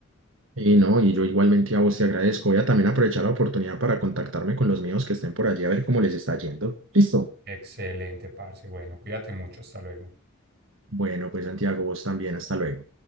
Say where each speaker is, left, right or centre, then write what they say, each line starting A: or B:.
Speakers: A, on the right (about 75°); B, on the right (about 50°).
A: Y no, y yo igualmente a vos te agradezco. Voy a también aprovechar la oportunidad para contactarme con los míos que estén por allí a ver cómo les está yendo. Listo.
B: Excelente, parce, bueno, cuídate mucho, hasta luego.
A: Bueno, pues Santiago, vos también. Hasta luego.